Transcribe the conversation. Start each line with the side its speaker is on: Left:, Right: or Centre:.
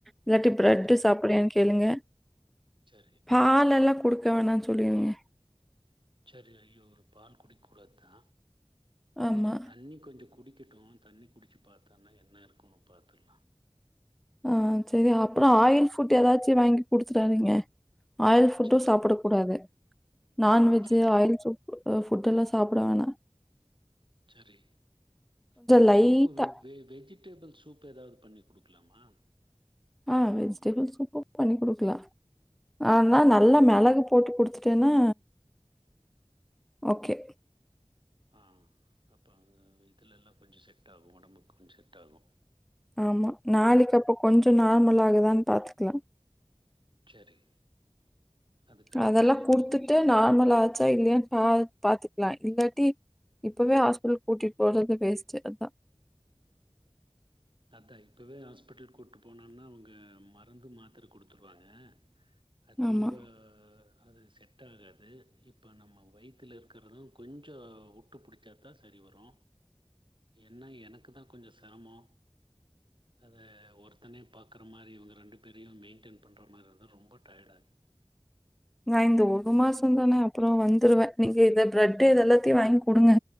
Centre: இல்லட்டி ப்ரெட்
Right: சரி
Centre: சாப்ரியா கேளுங்க
Right: சரி
Centre: பால் எல்லா கொடுக் க்க வேணாம் சொல்லிருங்
Right: சரி ஐயோரு பால் குடிக்க கூடாத்தா
Centre: ஆமா.
Right: சரி தண்ணி கொஞ்ச குடி க்கிட்டும் தண்ணி குடிச்சு பாத்தன்னா என்ன இருக்குன்னு பாத்தர்லா
Centre: ஆ சரி அப்ற ஆயில் ஃபுட் ஏதாச்சு வாங் குடுத்துட்டானுங்க ஆயில் ஃபுட்டு
Right: சரி
Centre: சாப்பிடக் கூடாது நான்வெஜ்ஜு
Right: சரி
Centre: ஆயில் ஃபுட் ஃபுட் எல்லா சாப்பிட வேணா
Right: சரி இந்த
Centre: லைட்டா
Right: சூப்பு வெ வெஜிடேபிள் சூப் ஏதாவது பண்ணி குடுக்லாமா
Centre: ஆ வெஜிடபிள் சூப்பு பண்ணி் குடுக்கலா ஆனா
Right: பண்ணி
Centre: நல்லா மெளகு போட்டு குடுத் பத்தேன ஓகே
Right: ஆ அப்போ இதுலல்லா கொஞ்ச செட் ஆகு உடம்புக்கு கொஞ் செட் ஆகு
Centre: ஆமா நாளைக்கு அப்ப கொஞ்சம் நார்மலாகுதானு பாத்துக்கலா
Right: சரி அதுக்கான
Centre: அதெல்லா
Right: விஷயம்
Centre: குடுத்துட்டு
Right: என்னங்க
Centre: நார்மலாச்சா இல்லையா பா பாத்துக்கலா இல்லாட்டி இப்பவே ஹாஸ்பிடல் கூட்டிட்டு போறது வேஸ்டு அதா
Right: அதா இப்பவே ஹாஸ்பிட்டலு கூட்டுட்டு போனான்னா அவங்க மருந்து மாத்திர குடுத்துருவாங்க அத் திரும்ப
Centre: ஆமா.
Right: அது செட் ஆகாது இப்போ நம்ம வயித்துல இருக்கிறதும் கொஞ்சோ உட்டு பிடிச்சா தா சரி வரு என்னா எனக்கு தா கொஞ்சோ செரமோ அத ஒருத்தனே பாக்குற மாரி இவங்க ரெண்டு பேரையு மெயின்டெயன் பண்ணுற மாரி இருந்தா ரொம்ப டயடாகு
Centre: நா இந்த ஒரு மாசம் தானே அப்புற வந்துருவே நீங்க இந்த ப்ரெட இத எல்லாத்தையு வாங்கி குடுங்க